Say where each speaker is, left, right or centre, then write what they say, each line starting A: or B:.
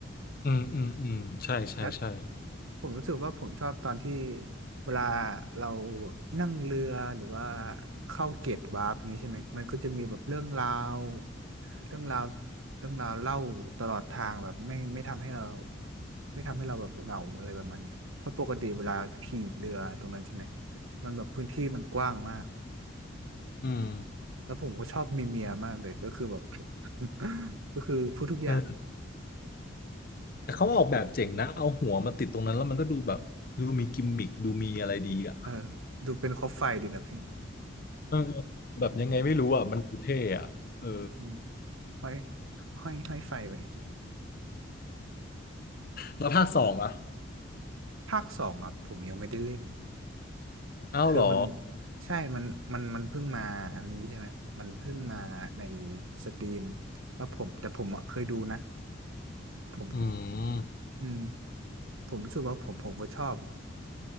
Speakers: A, on the left; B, on the right.
A: อืมอืมอืมใช่ใช่ใช่
B: แล้วผมรู้สึกว่าผมชอบตอนที่เวลาเรานั่งเรือหรือว่าเข้าเกตวาร์ปอย่างนี้ใช่ไหมมันก็จะมีแบบเรื่องราวเรื่องราวเรื่องราวเล่าตลอดทางแบบไม่ไม่ทำให้เราไม่ทำให้เราแบบเหงาอะไรประมาณเนี้ยเพราะปกติเวลาขี่เรือตรงนั้นใช่ไหมมันแบบพื้นที่มันกว้างมาก
A: อืม
B: แล้วผมก็ชอบมีเมียมากเลยก็คือแบบ <laughs> ก็คือพูดทุกอย่าง
A: เออแต่เขาออกแบบเจ๋งนะเอาหัวมาติดตรงนั้นแล้วมันก็ดูแบบดูมีกิมมิคดูมีอะไรดีอ่ะ
B: เออดูเป็นคบไฟดีนะพี่
A: เออแบบยังไงไม่รู้อ่ะมันดูเท่อ่ะเออ
B: อืมห้อยห้อยห้อยไฟไว้
A: แล้วภาคสองอ่ะ
B: ภาคสองอ่ะผมยังไม่ได้เล่น
A: อ้าวเหรอ
B: คือมันใช่ มันมันมันเพิ่งมาอันนี้ใช่ไหมมันเพิ่งมาในสตรีมแล้วผมแต่ผมอ่ะเคยดูนะ ผม
A: อืม
B: อืมผมรู้สึกว่าผมผมก็ชอบ